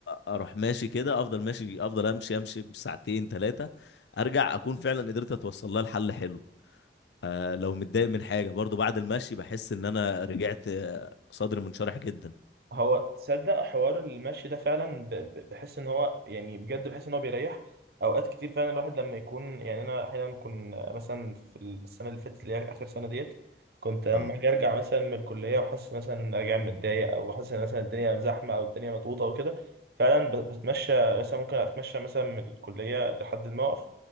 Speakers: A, on the left (about 75°); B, on the right (about 60°).
A: اروح ماشي كده افضل ماشي افضل امشي امشي ساعتين ثلاثه ارجع اكون فعلا قدرت اتوصل لها لحل حلو آه لو متضايق من حاجه برضو بعد المشي بحس ان انا رجعت آه، صدري منشرح جدا
B: هو تصدق حوار المشي ده فعلا ب- ب- بحس ان هو يعني بجد بحس ان هو بيريح اوقات كتير فعلا الواحد لما يكون يعني انا احيانا كنت مثلا في السنه اللي فاتت اللي هي اخر سنه ديت كنت لما
A: اه
B: اجي ارجع مثلا من الكليه وحاسس مثلا ان أنا راجع متضايق او حاسس ان مثلا الدنيا زحمه او الدنيا مضغوطه وكده فعلا ب- بتمشى مثلا ممكن اتمشى مثلا من الكليه لحد الموقف